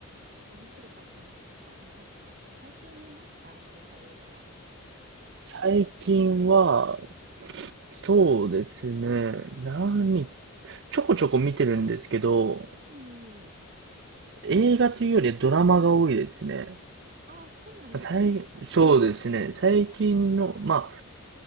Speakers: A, on the right; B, on the right.
A: 面白かったやつとかありますか最近見ました何か映画は。
B: 最近は、そうですね。何、ちょこちょこ見てるんですけど、
A: うん。
B: 映画というよりドラマが多いですね。
A: ああ、そうなんですね。
B: 最、そうですね。最近の、
A: ああ、
B: まあ、